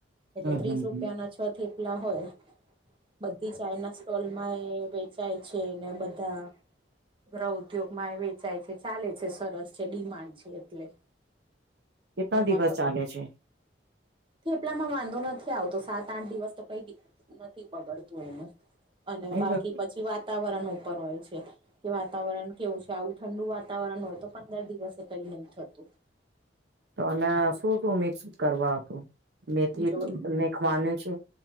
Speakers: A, on the right; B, on the right.
A: એટલે
B: હમ
A: ત્રીસ
B: હમ
A: રૂપિયા
B: હમ
A: ના છ થેપલા હોય. બધી ચાઈના સ્ટોલ માંએ વેચાય છે ને બધા ગ્રહ ઉદ્યોગ માં વેચાય છે. ચાલે છે સરસ છે ડિમાન્ડ છે એટલે.
B: કેટલા
A: એમાં
B: દિવસ ચાલે છે?
A: થેપલામાં વાંધો નથી આવતો, સાત આઠ દિવસ તો કઈ દી નથી બગડતું એનું અને
B: નહી
A: બાકી
B: લગતું
A: પછી વાત વાતાવરણ ઉપર હોય છે કે વાતાવરણ કેવું છે આવું ઠંડુ વાતાવરણ હોય તો પંદર દિવસ તો કઈ નહી થતું.
B: તો એમે
A: અને
B: શું તું મિક્સ કરવા હતું, મેથી
A: જો
B: મેખવાનું છે?